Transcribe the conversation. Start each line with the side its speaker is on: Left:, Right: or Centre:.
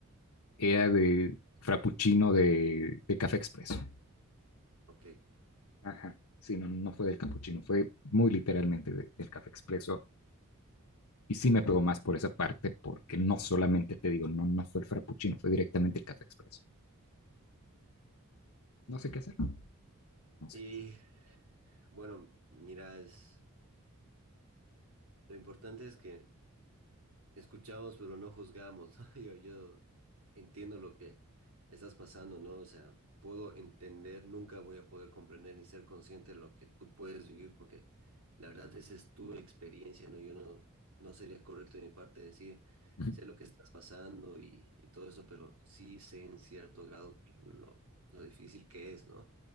Left: era de frappuccino de, de café expreso.
Right: ok.
Left: Ajá. Sí, no, no fue del capuchino, fue muy literalmente de- del café expreso. Y sí me pegó más por esa parte, porque no solamente te digo, no, no fue el frappuccino, fue directamente el café expreso. No sé qué hacer, no sé
Right: Y
Left: qué hacer.
Right: bueno, mira, es- lo importante es que escuchamos, pero no juzgamos, ¿no? <laughs> Yo, yo entiendo lo que estás pasando, ¿no? O sea, puedo entender, nunca voy a poder comprender ni ser consciente de lo que tú puedes vivir, porque la verdad esa es tu experiencia, ¿no? Yo no, no sería correcto de mi parte decir,
Left: Ujú,
Right: sé lo que estás pasando y, y todo eso, pero sí sé en cierto grado lo, lo difícil que es, ¿no?